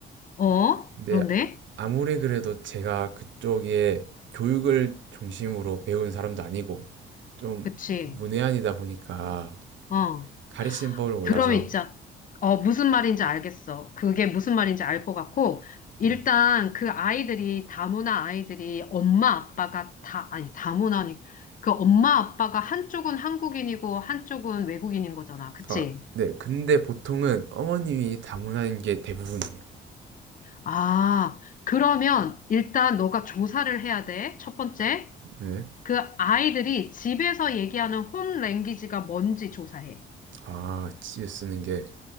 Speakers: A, on the left (about 40°); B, on the right (about 70°).
A: 어.
B: 근데
A: 그런데?
B: 아- 아무리 그래도 제가 그쪽에 교육을 중심으로 배운 사람도 아니고 좀
A: 그치.
B: 문외한이다 보니까
A: 어.
B: 가리심법을 몰라서
A: 드럼 있자. 어, 무슨 말인지 알겠어. 그게 무슨 말인지 알 것 같고, 일단
B: 네.
A: 그 아이들이, 다문화 아이들이 엄마 아빠가 다, 아니, 다문화니, 그 엄마 아빠가 한쪽은 한국인이고 한쪽은 외국인인 거잖아. 그치?
B: 어, 네. 근데 보통은 어머님이 다문화인 게 대부분이에요.
A: 아, 그러면 일단 너가 조사를 해야 돼. 첫 번째.
B: 네.
A: 그 아이들이 집에서 얘기하는 홈 랭귀지가 뭔지 조사해.
B: 아, 집에 쓰는 게